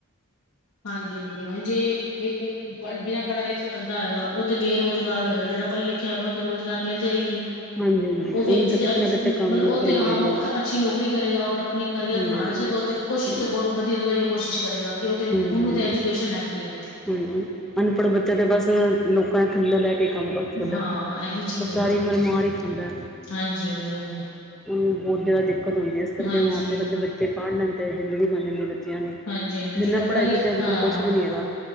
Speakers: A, on the left (about 90°); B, in the centre.
A: ਹਾਂਜੀ ਹਾਂਜੀ ਹਾਂ ਜੇ ਬਿਨਾਂ ਪੜ੍ਹਾ ਲਿਖਾ ਬੰਦਾ ਹੈਗਾ ਉਹ ਤੇ ਬੇਰੁਜ਼ਗਾਰ ਹੋਏਗਾ ਜਿਹੜਾ ਪੜ੍ਹੇ ਲਿਖਿਆ ਹੈਗਾ ਉਹਨਾਂ ਤੇ ਰੁਜ਼ਗਾਰ ਮਿਲ ਜਾਏਗੀ
B: ਹਾਂਜੀ ਹਾਂਜੀ
A: ਉਹ ਵਿਅਕਤੀ
B: ਉਹਨੂੰ ਤਾਂ
A: ਤੇ
B: ਕਿਤੇ
A: ਅ
B: ਨਾ ਕਿਤੇ ਕੰਮ
A: ਮਤਲਬ
B: ਨੌਕਰੀ
A: ਓ ਤੇ
B: ਮਿਲ
A: ਹਾਂ ਓ
B: ਜਾਏਗੀ
A: ਅੱਛੀ ਨੌਕਰੀ ਕਰੇਗਾ ਔਰ ਅਪਨੀ ਕਰੀਅਰ
B: ਹਾਂਜੀ
A: ਬਣਾਣ
B: ਹਾਂਜੀ
A: ਚ ਦੋ ਕੋਸ਼ਿਸ਼
B: ਹਾਂਜੀ
A: ਵਧੀਆ ਤੋਂ ਵਧੀਆ ਕੋਸ਼ਿਸ਼ ਕਰੇਗਾ ਕਿ ਓ ਤੇ
B: ਹਾਂਜੀ
A: ਓਨੂੰ ਤੇ ਐਜੂਕੇਸ਼ਨ ਹੈਗੀ ਏ।
B: ਹਾਂਜੀ, ਅਨਪੜ੍ਹ ਬੱਚਿਆਂ ਤੇ ਬਸ ਲੋਕਾਂ ਦੇ ਥੱਲੇ ਬੈ ਕੇ ਕੰਮ ਕਰ ਸਕਦੇ।
A: ਹਾਂ ਇਹੀ ਚੀਜ਼
B: ਉਹ ਸਾਰੀ
A: ਹੈ ਨਾ
B: ਉਮਰ ਮਾਰ ਹੀ ਖਾਂਦਾ
A: ਹਾਂਜੀ ਹਾਂਜੀ ਹਾਂਜੀ
B: ਬਹੁਤ ਜ਼ਿਆਦਾ ਦਿੱਕਤ ਹੁੰਦੀ ਹੈ, ਇਸ ਕਰਕੇ
A: ਹਾਂਜੀ
B: ਮਾਪੇ ਕਹਦੇ ਬੱਚੇ ਪੜ੍ਹ ਲੈਂਦੇ ਜ਼ਿੰਦਗੀ ਬਣ ਜਾਂਦੀ ਬਚ ਬੱਚਿਆਂ ਦੀ,
A: ਹਾਂਜੀ ਹਾਂਜੀ
B: ਬਿਨਾਂ
A: ਜਿਹੜਾ ਪੜ੍ਹਾ
B: ਪੜ੍ਹਾਈ
A: ਲਿਖ
B: ਦੇ ਤੇ ਅੱਜ
A: ਹਾਂ
B: ਕੱਲ ਕੁਛ ਵੀ ਨੀ ਹੈਗਾ